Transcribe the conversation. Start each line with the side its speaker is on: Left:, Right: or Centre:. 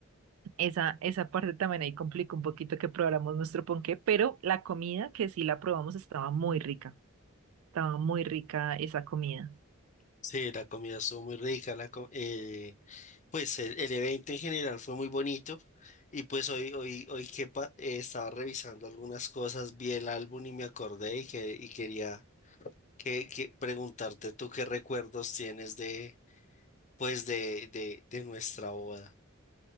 Right: Esa, esa parte también ahí complica un poquito que probáramos nuestro ponqué, pero la comida que sí la probamos estaba muy rica, estaba muy rica esa comida.
Left: Sí, la comida estuvo muy rica, la co- eh, Pues el, el evento en general fue muy bonito y pues hoy, hoy, hoy que pa- eh, estaba revisando algunas cosas, vi el álbum y me acordé y, que, y quería que, que preguntarte tú qué recuerdos tienes de, pues de, de, de nuestra boda.